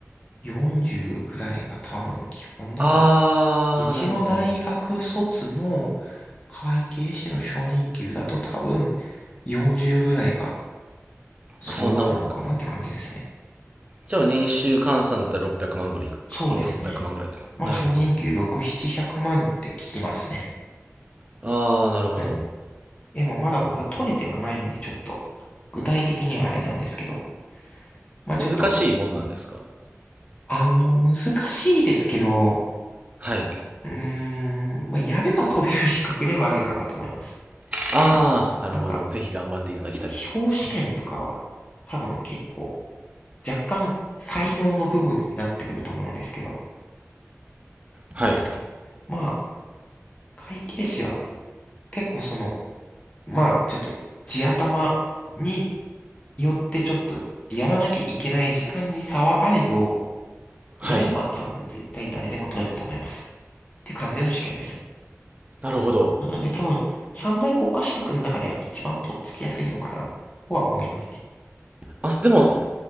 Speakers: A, on the left (about 25°); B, on the right (about 25°).
A: 40ぐらいが多分基本なのか。
B: あー、
A: うちの大学卒の
B: なるほど。
A: 会計士の初任給だと多分40ぐらいが相場なのかなって感じですね。
B: まあ、そんなもんかも。じゃあ、年収換算だったら600万ぐらいいく、
A: そうですね。
B: 万ぐらいってなるほど。
A: まあ、初任給6、700万って聞きますね。
B: あー、なるほど。
A: はい。でもまだ僕は取れてはないんで、
B: なるほど、なるほ
A: ちょっと、具体的にはあれなんですけど、まあちょっと、
B: ど。難しいもんなんですか
A: あの、難しいですけど、
B: はい。
A: うーん、まあ、やれば取れる資格ではあるかなと思います。
B: ああ、なるほど。
A: まあなんか、
B: ぜひ頑張っていただきたいですね。
A: 司法試験とかは、多分結構、若干、才能の部分になってくると思うんですけど、
B: はい。
A: まあ、会計士は、結構その、まあ、ちょっと、地頭によってちょっと、やらなきゃいけない時間に差はあれど、
B: はい。
A: やれば多分絶対誰でも取れると思います。って感じの試験です。
B: なるほど。
A: まあなんで多分、三大国家資格の中では一番とっつきやすいのかな、とは思いますね。
B: まあ、すでも、す